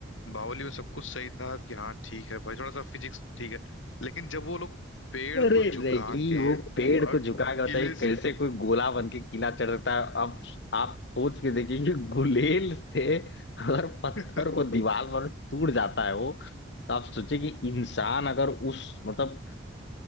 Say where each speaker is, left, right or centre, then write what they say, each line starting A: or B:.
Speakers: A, on the left; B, on the left.
A: बाहुबली में सब कुछ सही था कि हाँ ठीक है भाई थोड़ा सा फिजिक्स ठीक है लेकिन जब वो लोग पेड़
B: अरे
A: को झुका
B: रही
A: के
B: वो पेड़
A: और
B: को झुका के बताइए
A: किले से
B: कैसे कोई गोला बन के किला चढ़ सकता है अब आप सोच के देखिए कि गुलेल से अगर पत्थर
A: <laughs>
B: को दीवार पर टूट जाता है वो तो आप सोचिए कि इंसान अगर उस मतलब